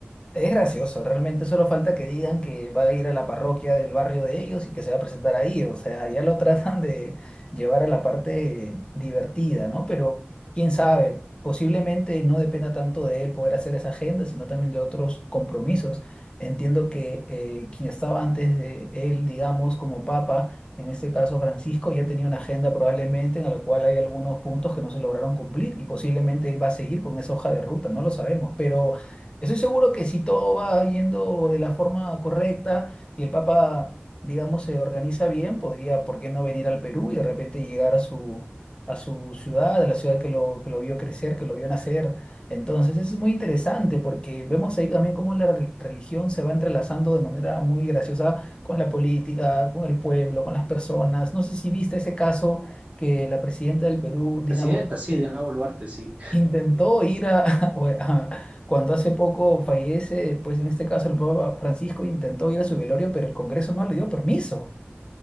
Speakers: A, on the left; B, on the right.
A: Es gracioso, realmente solo falta que digan que va a ir a la parroquia del barrio de ellos y que se va a presentar ahí, o sea, ya lo <laughs> tratan de llevar a la parte divertida, ¿no? Pero quién sabe, posiblemente no dependa tanto de él poder hacer esa agenda, sino también de otros compromisos. Entiendo que eh, quien estaba antes de él, digamos, como papa, en este caso Francisco, ya tenía una agenda probablemente en la cual hay algunos puntos que no se lograron cumplir y posiblemente él va a seguir con esa hoja de ruta, no lo sabemos, pero... Estoy seguro que si todo va yendo de la forma correcta y el Papa, digamos, se organiza bien, podría, ¿por qué no venir al Perú y de repente llegar a su, a su ciudad, a la ciudad que lo, que lo vio crecer, que lo vio nacer? Entonces es muy interesante porque vemos ahí también cómo la re- religión se va entrelazando de manera muy graciosa con la política, con el pueblo, con las personas. No sé si viste ese caso que la presidenta del Perú, Dina
B: Presidenta,
A: Boluarte,
B: sí, Diana Boluarte, sí.
A: Intentó ir a, <laughs> o a- cuando hace poco fallece, pues en este caso el Papa Francisco intentó ir a su velorio, pero el Congreso no le dio permiso.